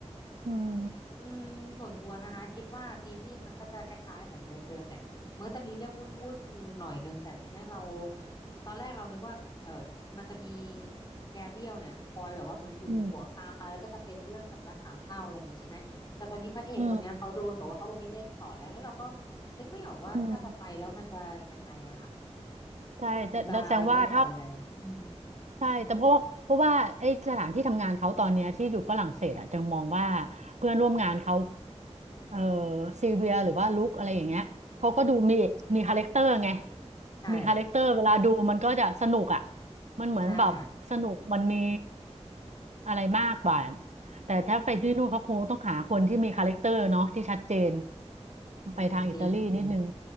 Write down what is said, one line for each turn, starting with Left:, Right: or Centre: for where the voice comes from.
Right: อืม
Left: อืมส่วนตัวนะคะคิดว่าซีรีส์มันก็จะคล้ายๆเหมือนเดิมๆแหละมันก็จะมีเรื่องวุ่นๆหน่อยนึงแต่ทีเนี้ยเราตอนแรกเรานึกว่าเออมันจะมีแกเบี้ยวเนี่ยคอยแบบว่าเหมือนหึงหวงตามไปแล้วก็จะเป็นเรื่องแบบรักสามเศร้าอะไรอย่างนี้ใช่ไหมแต่ตอนนี้พระเอกคนเนี้ยเขาโดนบอกว่าเขาไม่เล่นต่อแล้วแล้วเราก็
Right: อืมอืม
Left: นึกไม่ออกว่าถ้าจะไปแล้วมันจะยังไงอะค่ะ
Right: อืมใช่แต่แต่แสดงว่าถ้า
Left: มันจะเล่นต่อยังไงอืม
Right: ใช่แต่เพราะว่าเพราะว่าไอ้สถานที่ทำงานเขาตอนเนี้ยที่อยู่ฝรั่งเศสอ่ะจะมองว่าเพื่อนร่วมงานเขาเอ่อซีเวียหรือว่าลุคอะไรอย่างเงี้ยเขาก็ดูมีมีคาแรคเตอร์ไง
Left: ใช่
Right: มีคาแรคเตอร์เวลาดูมันก็จะสนุกอ่ะมันเหมือนแบบสนุกมันมี
Left: ใช่ค่ะ
Right: อะไรมากกว่าแต่ถ้าไปที่นู่นเขาคงต้องหาคนที่มีคาแรคเตอร์เนาะที่ชัดเจน
Left: อืมจริงจริง
Right: ไปทางอิตาลีนิดนึง